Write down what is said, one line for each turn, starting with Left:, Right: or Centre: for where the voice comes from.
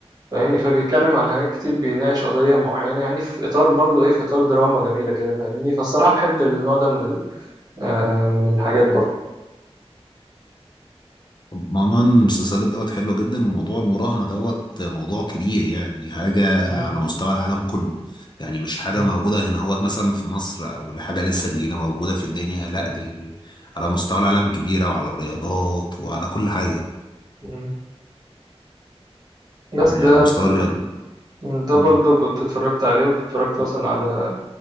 Right: فاهمني فبيتكلم على حاجات كتير بيناقش قضية معينة يعني في إطار برضو إيه في إطار دراما جميلة كده فاهمني فالصراحة بحب النوع ده من ال... آه من الحاجات برضو
Left: موضوع المسلسلات دوت حلو جدا وموضوع المراهنة دوت موضوع كبير يعني حاجة
Right: م-
Left: على مستوى العالم كله يعني مش حاجة
Right: م-
Left: موجودة هنا هوت مثلا في مصر أو حاجة لسه جديدة موجودة في الدنيا لا دي على مستوى العالم كبيرة وعلى الرياضات وعلى كل حاجة
Right: م. بس
Left: يعني
Right: ده
Left: على مستوى
Right: ده
Left: الرياضات
Right: ده
Left: مم.
Right: برضو كنت اتفرجت عليه وكنت اتفرجت مثلا على